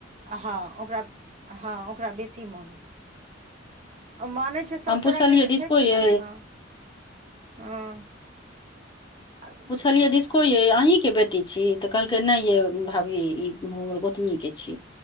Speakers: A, on the right; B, on the left.
A: हँ ओकरा हँ ओकरा बेसी माने छै मानै छै सभ
B: हम
A: तरहके
B: पुछलियै
A: रहै
B: डिस्को
A: छै
B: यै
A: हँ हँ
B: पुछलियै िस्को ये अहीँके बेटी छी तऽ कहलकै नहि ये भाभी ई हम हमर गोतनीके छी